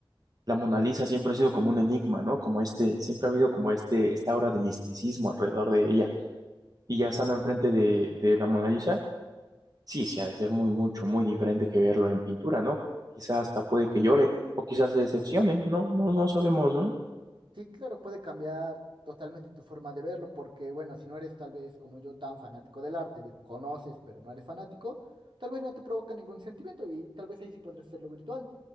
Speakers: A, on the right; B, on the right.
A: la Mona Lisa siempre ha sido como un enigma, ¿no? Como este, siempre ha habido como este, esta aura de misticismo alrededor de ella. Y ya estando enfrente de, de la Mona Lisa, sí, sí ha de ser muy, mucho, muy diferente que verlo en pintura, ¿no? Quizá hasta puede que llore, o quizás se decepcione, no, no, no sabemos, ¿no?
B: Sí, claro, puede cambiar totalmente tu forma de verlo, porque bueno, si no eres tal vez como yo tan fanático del arte, digo, conoces, pero no eres fanático, tal vez no te provoca ningún sentimiento y tal vez ahí sí podrías hacerlo virtual,